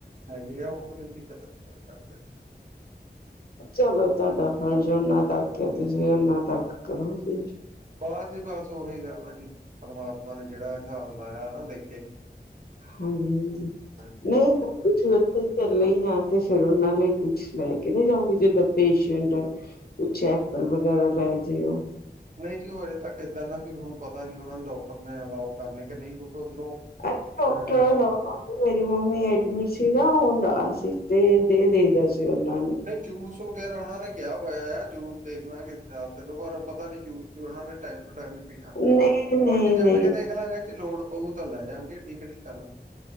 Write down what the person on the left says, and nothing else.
ਚਲੋ ਤੁਹਾਡਾ ਫਰਜ਼ ਓਨਾ ਤੱਕ ਹੈ, ਤੁਸੀਂ ਓਨਾ ਤੱਕ ਕਰੋ ਫਿਰ
ਹਾਂਜੀ- ਹਾਂਜੀ
ਨਹੀਂ ਹੋਰ
ਤੁਸੀਂ ਉੱਥੇ ਚੱਲਾਂ ਹੀ ਆ ਤੇ ਫਿਰ ਉਹਨਾਂ ਲਈ ਕੁਛ ਲੈ ਕੇ ਨਹੀਂ ਜਾਉਗੀ ਜਿੱਦਾਂ ਪੇਸ਼ੈਂਟ ਹੈ ਕੁਛ ਐਪਲ ਵਗੈਰਾ ਲੈ ਜਾਓ
ਅ ਡਾਕਟਰ
ਲੋਕ ਮੇਰੀ ਮੰਮੀ ਐਡਮਿਟ ਸੀ ਨਾ ਉਹਸੀ ਤੇ ਦੇ ਦੇ ਦਾ ਸੀ ਉਹਨਾਂ ਨੂੰ
ਨਹੀਂ ਨਹੀਂ
ਨਹੀਂ